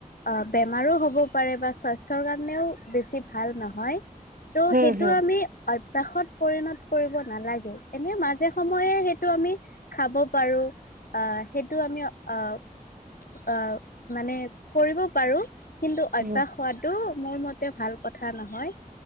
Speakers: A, on the left; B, on the right.
A: অ বেমাৰো হ'ব পাৰে বা স্বাস্থ্যৰ কাৰণেও বেছি ভাল নহয়। ত'
B: হম
A: সেইটো
B: হম
A: আমি অভ্যাসত পৰিণত কৰিব নালাগে, এনে মাজে সময়ে সেইটো আমি খাব পাৰো আহ সেইটো আমি আহ আহ' মানে কৰিব পাৰোঁ কিন্তু
B: হম
A: অভ্যাস হোৱাটো মোৰ মতে ভাল কথা নহয়